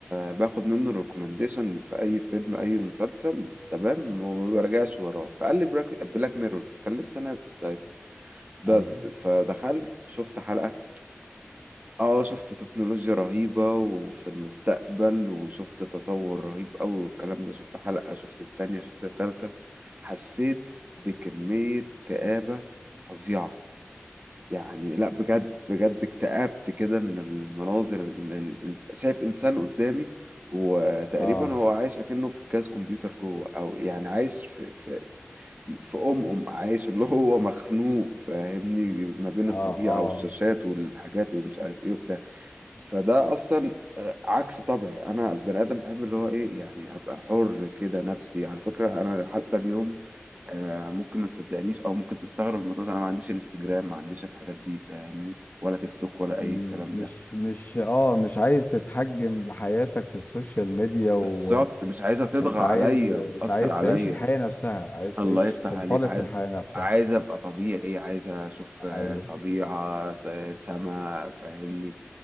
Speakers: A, on the right; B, on the left.
A: باخد منه الريكومنديشن في اي فيلم اي مسلسل تمام وما برجعش وراه فقال لي بلاك, بلاك ميرور كان لسه نازل ساعتها بس
B: أيوة.
A: فدخلت شفت حلقة اه شفت تكنولوجيا رهيبة وفي المستقبل وشفت تطور رهيب قوي والكلام ده شفت حلقة شفت التانية شفت التالتة حسيت بكمية كآبة فظيعة يعني لا بجد بجد اكتئبت كده من المناظر اللي الإنس- شايف انسان قدامي وتقريبا
B: اه
A: هو عايش اكنه في كاس كمبيوتر جوه او يعني عايش في في في ام ام عايش اللي هو مخنوق فاهمني ما بين الطبيعة
B: اه اه
A: والشاشات والحاجات ومش عارف ايه وبتاع فده اصلا عكس طبعي انا بني ادم بحب اللي هو ايه يعني ابقى حر كده نفسي على فكرة انا حتى اليوم آه، ممكن ما تصدقنيش او ممكن تستغرب من الموضوع ده انا ما عنديش انستجرام ما عنديش الحاجات دي فاهمني ولا تيك توك ولا اي
B: م-
A: الكلام
B: مش
A: ده
B: مش اه مش عايز تتحجم بحياتك في السوشيال ميديا وانت
A: بالظبط مش عايزه تطغى عليا
B: عايز انت
A: وتاثر
B: عايز
A: عليا
B: تعيش الحياة نفسها عايز
A: الله
B: تعيش
A: يفتح
B: تنطلق
A: عليك عايز
B: في الحياة نفسها
A: عايز ابقى طبيعي عايز اشوف آه،
B: ايوه
A: طبيعة س- سما فاهمني